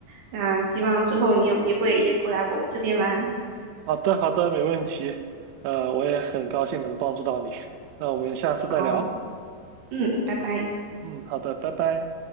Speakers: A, on the right; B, on the right.
A: 那希望之后你有机会也过来我们这边玩。
B: 好的，好的，没问题。呃，我也很高兴能帮助到你。那我们下次再聊。
A: 好，嗯，拜拜。
B: 嗯，好的，拜拜。